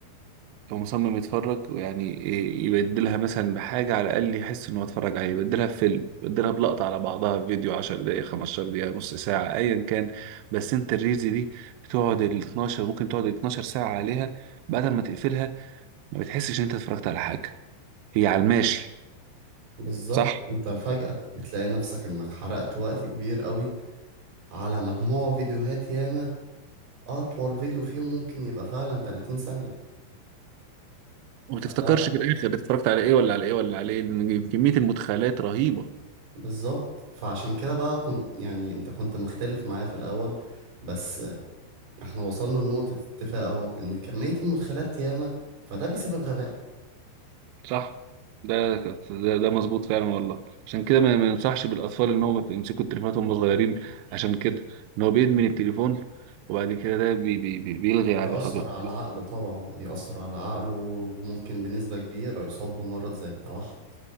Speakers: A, on the right; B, on the right.
A: لو مصمم يتفرج ويعني إيه، يبدلها مثلا بحاجة على الأقل يحس إنه اتفرج عليه يبدلها بفيلم يبدلها بلقطة على بعضها في فيديو 10 دقايق 15 دقيقة نص ساعة أيا كان بس أنت الريلز دي بتقعد ال 12 ممكن تقعد ال 12 ساعة عليها بعد ما تقفلها ما بتحسش إن أنت اتفرجت على حاجة هي على الماشي
B: بالظبط
A: صح؟
B: انت فجأة بتلاقي نفسك انك حرقت وقت كبير قوي على مجموعة فيديوهات ياما أطول فيديو فيهم ممكن يبقى فعلا 30 ثانية
A: وما
B: فده
A: تفتكرش في الآخر اتفرجت على إيه ولا على إيه ولا على إيه لأن كمية المدخلات رهيبة
B: بالظبط فعشان كده بقى كنت يعني أنت كنت مختلف معايا في الأول بس احنا وصلنا لنقطة اتفاق أهو إن كمية المدخلات ياما فده بيسبب غباء
A: صح ده كت- ده, ده مظبوط فعلا والله عشان كده ما ما ينصحش بالاطفال ان هم يمسكوا التليفونات وهم صغيرين عشان كده ان هو بيدمن التليفون وبعد كده ده بي بي بي بيلغي
B: بيأثر
A: على بخ- بخ-
B: على عقله طبعا بيأثر على عقله وممكن بنسبة كبيرة يصاب بمرض زي التوحد